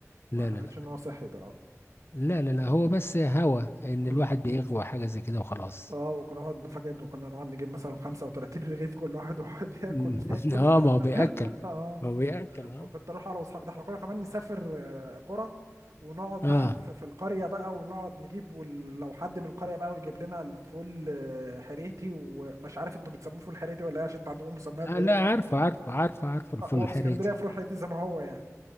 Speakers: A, on the right (about 80°); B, on the left (about 45°).
A: ما
B: لا
A: اعتقدش
B: لا لا
A: ان هو صحي ده
B: لا لا, لا. هو بس هوى ان
A: مم.
B: الواحد بيغوى حاجة زي كده وخلاص
A: اه وكنا نقعد فاكر ان كنا نقعد نجيب مثلا 35 رغيف كل واحد ويقعد ياكل
B: مم. <laughs>
A: ياكل
B: اه
A: <laughs>
B: ما هو بيأكل
A: اه
B: ما هو بيأكل اه
A: وكنت اروح انا واصحابي ده احنا كنا كمان نسافر آه، قرى ونقعد
B: اه
A: بقى في في القريه بقى ونقعد نجيب ولو حد من القريه بقى ويجيب لنا الفول آه، حريتي ومش عارف انتوا بتسموه فول حريتي ولا ايه عشان انتوا عندكم مسميات
B: آه،
A: غريبه
B: لا عارفه عارفه عارفه عارفه الفول
A: آه، هو
B: الحريتي
A: في اسكندريه فول حريتي زي ما هو يعني